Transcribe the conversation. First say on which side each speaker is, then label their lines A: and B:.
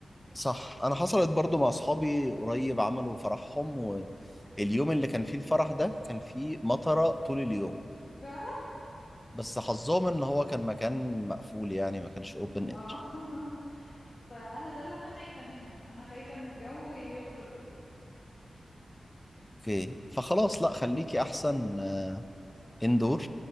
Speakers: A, on the left (about 15°); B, on the left (about 50°).
A: صح انا حصلت برضو مع اصحابي قريب عملوا فرحهم واليوم اللي كان فيه الفرح ده كان فيه مطرة طول اليوم
B: فعلا
A: بس حظهم ان هو كان مكان مقفول يعني ما كانش اوبن
B: اه
A: اير
B: <laughs> فانا ده اللي انا خايفة منه انا خايفة ان الجو يغدر بيا
A: اوكي فخلاص لا خليكي احسن اندور